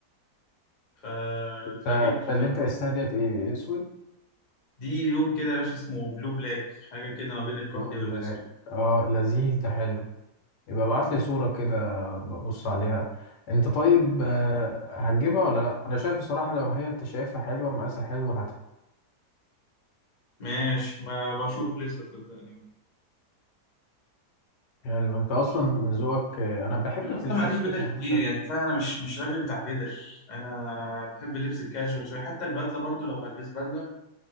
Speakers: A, on the left (about 35°); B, on the left (about 75°).
A: ف...
B: انت
A: فجبت
B: انت
A: بصراحة
B: اللي انت استهديت ايه اسود
A: دي لون كده يا باشا اسمه بلو بلاك حاجة كده ما بين الكحلي
B: لو بلاك
A: والأسود
B: اه لذيذ ده حلو يبقى ابعت لي صورة كده ببص عليها انت طيب آه، هتجيبها ولا لا انا شايف بصراحة لو هي انت شايفها حلوة مقاسها حلو هاتها
A: ماشي ما أنا بشوف لسه صدقني
B: حلو انت اصلا ذوقك آه، انا بحب
A: أنا
B: في
A: أصلا
B: الكلاسيك
A: ما عنديش بدل
B: عامة
A: كتير يعني أنت فاهم أنا مش مش راجل بتاع بدل أنا بحب اللبس الكاجوال شوية حتى البدلة برضو لو هلبس بدلة